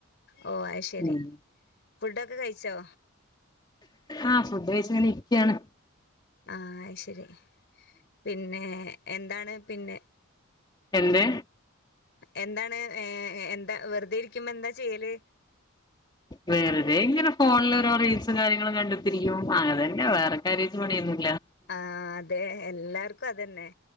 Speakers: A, on the left (about 55°); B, on the left (about 20°).
A: ഓ അത് ശരി
B: ഉം
A: ഫുഡൊക്കെ കഴിച്ചോ
B: ആഹ് ഫുഡ് കഴിച് ഇങ്ങനെ ഇരിക്കാണ്
A: ആ ശരി പിന്നെ എന്താണ് പിന്നെ
B: എന്ത്
A: എന്താണ് ഏ എന്താ വെറുതെ ഇരിക്കുമ്പോ എന്താ ചെയ്യല്
B: വെറുതെ ഇങ്ങനെ ഫോണിൽ ഓരോ റീൽസും കാര്യങ്ങളും കണ്ട് കണ്ട് ഇരിക്കും അങ്ങനെന്നെ വേറെ കാര്യായിട്ട് പണിയൊന്നും
A: ആഹ് അതെ എല്ലാർക്കും അതന്നെ